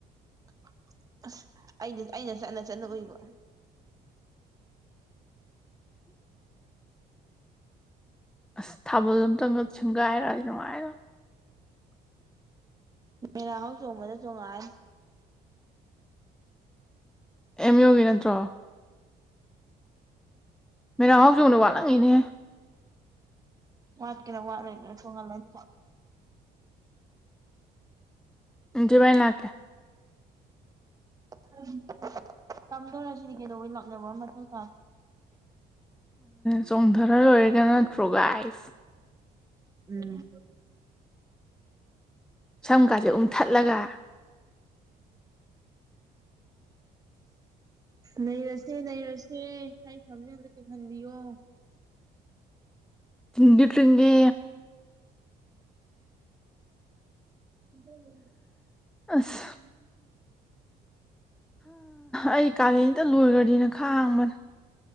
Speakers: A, on the right; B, in the centre.
A: <inaudible> ꯑꯁ ꯑꯩꯅ ꯆꯠꯅ ꯆꯠꯅ ꯎꯏꯕ ꯑꯗꯨ
B: ꯑꯁ ꯊꯥꯕꯜ ꯑꯝꯇꯪꯒꯛ ꯁꯨꯝꯒꯥꯏꯔꯗꯤ ꯅꯨꯡꯉꯥꯏꯔ <inaudible>
A: ꯃꯦꯔꯥ ꯍꯧꯥꯎ ꯆꯣꯡꯕꯗ ꯆꯣꯡꯉꯥꯑ
B: ꯑꯦꯝ ꯌꯨꯒꯤ ꯅꯠꯇ꯭ꯔꯣ ꯃꯦꯔ ꯍꯧꯥꯎꯖꯧꯅ ꯋꯥꯠꯂꯥꯡ ꯏꯅꯦ
A: ꯋꯥꯠ ꯀꯦꯅ ꯋꯥꯠꯂꯅ ꯁꯣꯡꯉ ꯃꯤꯖ
B: ꯖꯤꯃꯥꯏꯅ ꯀꯦ
A: ꯍ ꯇꯝꯗꯧꯔꯁꯤꯗꯤ ꯀꯩꯗꯧꯕꯩ ꯂꯥꯛꯅꯕ ꯃꯇꯨꯡ ꯇꯥ
B: ꯆꯣꯡꯊꯔ ꯂꯣꯏꯔꯒ ꯅꯠꯇ꯭ꯔꯣꯒꯥꯏꯁ
A: ꯎꯝ
B: ꯁꯝꯀꯥꯁꯦ ꯎꯝꯊꯠꯂꯒ <inaudible>
A: ꯂꯩꯔꯁꯦ ꯂꯩꯔꯁꯦ ꯑꯩ ꯐꯝꯖꯗ ꯆꯤꯡꯍꯟꯕꯤꯌꯣ
B: ꯊꯤꯟꯗꯨ ꯇꯒꯦ
A: ꯏꯗꯕ
B: ꯑꯁ ꯑꯩ ꯀꯥꯂꯦꯟꯝꯇ ꯂꯣꯏꯈ꯭ꯔꯗꯤꯅ ꯈ ꯍꯥꯡꯕꯅꯦ